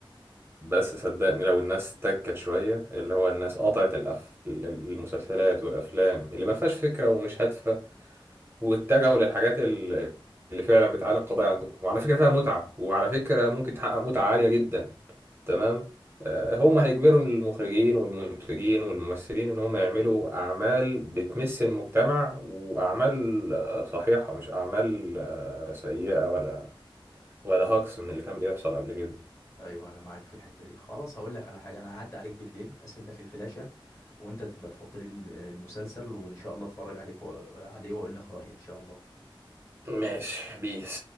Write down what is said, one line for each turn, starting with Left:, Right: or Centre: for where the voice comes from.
Right: بس صدقني لو الناس تكت شوية اللي هو الناس قطعت الأف... المسلسلات والأفلام اللي ما فيهاش فكرة ومش هادفة واتجهوا للحاجات ال- اللي فعلا بتعالج قضايا عندهم وعلى فكرة فيها متعة وعلى فكرة ممكن تحقق متعة عالية جدا تمام آه، هم هيجبروا المخرجين والمنتجين والممثلين ان هم يعملوا اعمال بتمس المجتمع واعمال آه، صحيحة مش اعمال آه، سيئة ولا ولا
Left: م.
Right: هاكس من اللي كان بيحصل قبل كده
Left: ايوه انا معاك في الحته دي خلاص هقول لك على حاجه انا هعدي عليك بالليل اسيب لك الفلاشه وانت تبقى تحط لي الم- المسلسل وان شاء الله اتفرج عليك و... عليه واقول لك رايي ان شاء الله
Right: ماشي بيس